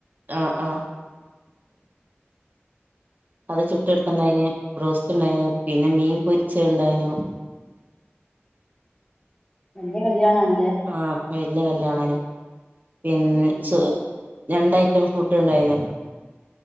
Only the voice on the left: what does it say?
ഉം.
വല്യാ കല്യാണാണ് ലെ
ഉം